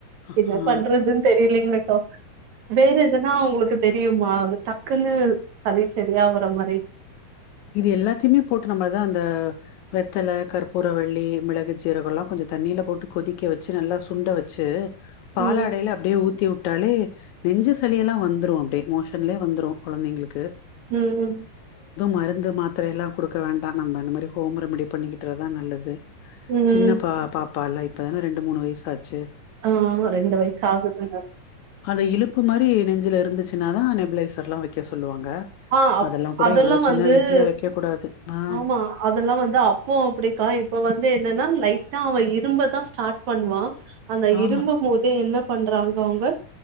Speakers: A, on the left; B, on the right.
A: ஆ
B: என்ன பண்றதுன்னு தெரிலைங்லே த வேற எதுனா உங்களுக்கு தெரியுமா டக்குன்னு சளி சளியா வற மாரி
A: இது எல்லாத்தையுமே போட்டு நம்மதான் அந்த வெத்தல கற்பூரவள்ளி மிளகு ஜீரகம் எல்லாம் கொஞ்சம் தண்ணியில போட்டு கொதிக்க வச்சு நல்லா சுண்ட வச்சு பாலாடையில
B: ம்
A: அப்டியே ஊத்தி விட்டு டாலே நெஞ்சு சளியெல்லாம் வந்துரும் <unintelligible> மோஷன்லே வந்துரும் குழந்தைங்களுக்கு
B: உம்
A: மருந்து மாத்திர எல்லாம் குடுக்க வேண்டாம் நம்ம இந்த மாரி ஹோம் ரெமிடி பண்ணிக்கிறதான் நல்லது
B: ம்
A: சின்ன பா பாப்ப பால இப்ப தான ரெண்டு மூணு வயசாச்சு
B: ஆஹ் ரெண்டு வய்சு ஆகுதுங்க
A: அத இலுப்பு மாரி நெஞ்சில இருந்துச்சுன்னா தான் நெபுலைசர் எலாம் வக்க சொல்லுவாங்க
B: ஆஹ்
A: அதெல்லா கூட
B: அதெலாம்
A: இவ்ளோ சின்ன
B: வந் <unintelligible>
A: வயசுல வைக்க கூடாது ஆ
B: ஆமா அதெல்லாம் வந்து அப்போ அப்படிக்கா இப்ப வந் வந்து என்னன்னா லைட்டா அவன் இரும்பதான் ஸ்டார்ட் பண்ணுவான் அந்த
A: ஆ
B: இரும்பும் போதே என்ன பண்றாங்க அவங்க